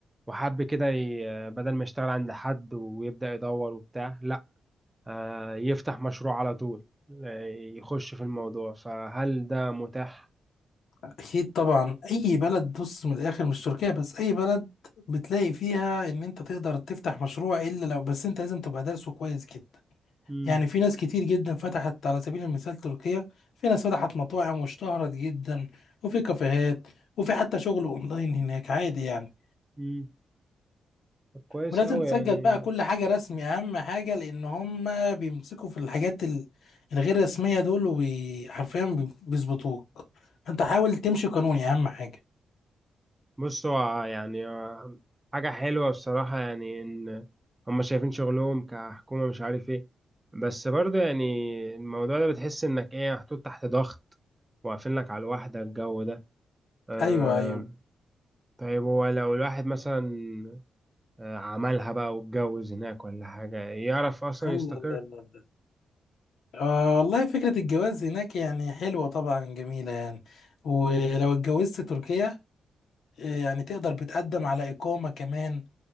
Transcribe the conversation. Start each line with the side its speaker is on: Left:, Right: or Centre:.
Right: وحب كده ي- بدل ما يشتغل عند حد ويبدأ يدور وبتاع لا آه، يفتح مشروع على طول آه، يخش في الموضوع فهل ده متاح؟
Left: اكيد طبعا اي بلد بص من الاخر مش تركيا بس اي بلد بتلاقي فيها ان انت تقدر تفتح مشروع الا لو بس انت لازم تبقى دارسه كويس كده
Right: مم.
Left: يعني في ناس كتير جدا فتحت على سبيل المثال تركيا في ناس فتحت مطاعم واشتهرت جدا وفي كافيهات وفي حتى شغل اونلاين هناك عادي يعني
Right: مم. طب كويس
Left: ولازم
Right: أوي
Left: تسجل
Right: يعني
Left: بقى كل حاجة رسمي اهم حاجة لان هم بيمسكوا في الحاجات ال- الغير رسمية دول وحرفيا بي- بيظبطوك انت حاول تمشي قانوني اهم حاجة
Right: بص هو يعني آه، حاجة حلوة بصراحة يعني إن هما شايفين شغلهم كحكومة مش عارف إيه بس برضه يعني الموضوع ده بتحس إنك إيه محطوط تحت ضغط واقفين لك على الواحدة الجو ده آه،
Left: ايوه ايوه
Right: طيب هو لو الواحد مثلا آه، عملها بقى واتجوز هناك ولا حاجة يعرف أصلا
Left: الله
Right: يستقر
Left: الله الله الله آه والله فكرة الجواز هناك يعني حلوة طبعا جميلة يعني ولو اتجوزت تركيا يعني تقدر بتقدم على إقامة كمان